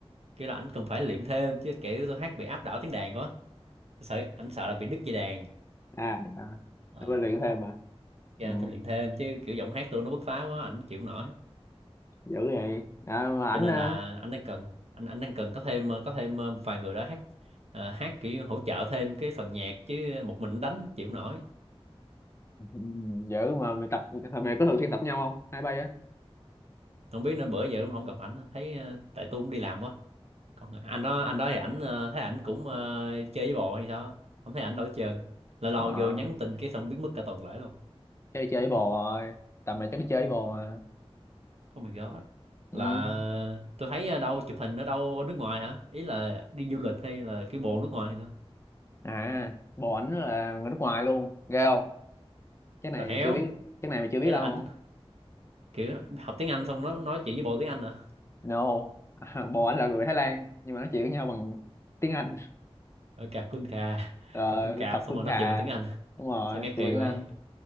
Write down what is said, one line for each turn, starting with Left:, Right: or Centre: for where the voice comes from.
Right: kêu là anh cần phải luyện thêm chứ kiểu tôi hát bị áp đảo tiếng đàn quá tôi sợ anh sợ là bị đứt dây đàn
Left: à,
Right: Ờ,
Left: à bên luyện thêm mà
Right: kêu
Left: ừ,
Right: anh phải luyện thêm chứ kiểu giọng hát tôi nó bứt phá quá ảnh chịu không nổi
Left: dữ vậy à, mà ảnh
Right: cho nên
Left: ờ,
Right: là anh đang cần anh anh đang cần có thêm ờ, có thêm ờ, một vài người đó hát ờ, hát kiểu hỗ trợ thêm cái phần nhạc chứ một mình đánh chịu không nổi
Left: ừ, dữ mà mày tập thằng mày có thường xuyên tập nhau không hai bay á
Right: không biết nữa bữa giờ cũng không gặp ảnh thấy ờ, tại tôi cũng đi làm quá còn anh đó anh đó thì ảnh ờ, thấy ảnh cũng ờ, chơi với bồ hay sao không thấy ảnh đâu hết trơn lâu lâu
Left: ờ
Right: vô nhắn tin cái xong biến mất cả tuần lễ luôn
Left: chơi chơi với bồ rồi tầm này chắc đi chơi với bồ mà
Right: oh my god
Left: ừ.
Right: là tôi thấy ở đâu chụp hình ở đâu ở nước ngoài hả ý là đi du lịch hay là cái bộ nước ngoài hay sao
Left: à bồ ảnh là người nước ngoài luôn ghê không cái này
Right: rồi heo
Left: mày chưa biết cái này mày chưa biết
Right: ấy
Left: đâu
Right: là ảnh kiểu học tiếng Anh xong nó nói chuyện với bộ tiếng Anh hả
Left: no <laughs> bồ anh là người Thái Lan nhưng mà nói chuyện với nhau bằng tiếng Anh
Right: ở cạp quân cà <laughs>
Left: rồi
Right: cặp quân cạp
Left: cặp
Right: xong
Left: Khun
Right: rồi nói
Left: Khà
Right: chuyện bằng tiếng Anh
Left: đúng rồi
Right: <laughs> sao nghe
Left: chuyện
Right: kỳ
Left: bằng
Right: vậy
Left: Anh